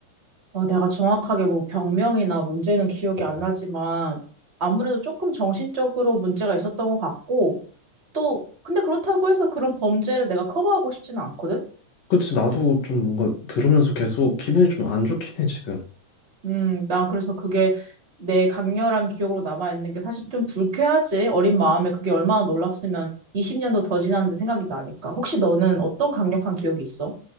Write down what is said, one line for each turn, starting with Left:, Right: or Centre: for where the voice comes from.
Right: 아, 내가 정확하게 뭐 병명이나 문제는 기억이
Left: 어.
Right: 안 나지만 아무래도 조금 정신적으로 문제가 있었던 것 같고 또 근데 그렇다고 해서 그런 범죄를 내가 커버하고 싶지는 않거든?
Left: 그치, 나도 좀 뭔가 들으면서 계속 기분이 좀 안 좋긴 해, 지금.
Right: 음, 난 그래서 그게 내 강렬한 기억으로 남아있는 게 사실 좀 불쾌하지. 어린 마음에 그게 얼마나 놀랐으면 20년도 더 지났는데 생각이 나니까. 혹시 너는 어떤 강력한 기억이 있어?